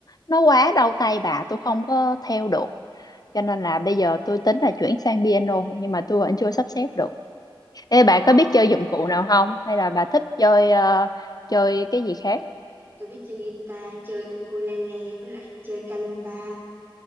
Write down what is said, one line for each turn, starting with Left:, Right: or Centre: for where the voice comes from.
Left: nó quá đau tay bà tôi không có theo được cho nên là bây giờ tôi tính là chuyển sang piano nhưng mà tôi vẫn chưa sắp xếp được Ê bà
Right: ờ
Left: có biết chơi dụng cụ nào không? Hay là bà thích chơi ờ, chơi cái gì khác?
Right: tôi biết chơi guitar chơi ukulele với lại chơi kalimba